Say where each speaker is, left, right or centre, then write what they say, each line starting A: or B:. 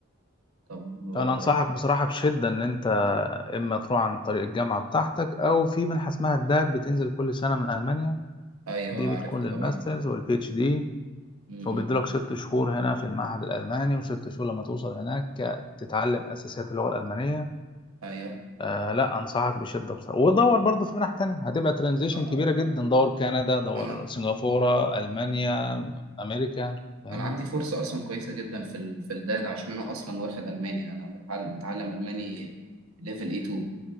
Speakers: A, on the right; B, on the left.
A: طب آه،
B: انا انصحك بصراحه بشده ان انت اما تروح عن طريق الجامعه بتاعتك او في منحه اسمها الدات بتنزل كل سنه من المانيا
A: أيوه
B: دي
A: آه،
B: بتكون
A: عارفها
B: للماسترز
A: طبعا
B: والبي اتش دي
A: م- م.
B: وبيديلك ست شهور هنا في المعهد الالماني وست شهور لما توصل هناك تتعلم اساسيات اللغه الالمانيه
A: أيوه
B: آه لا انصحك بشده بصراحه ودور برضه في منح تانية هتبقى ترانزيشن
A: آه
B: كبيره
A: آه
B: جدا
A: آه.
B: دور كندا دور
A: أنا
B: سنغافوره المانيا امريكا فاهمني
A: أنا عندي فرصة أصلا كويسة جدا في ال... في الداتا عشان أنا أصلا واخد ألماني أنا متعلم, متعلم ألماني ليفل A2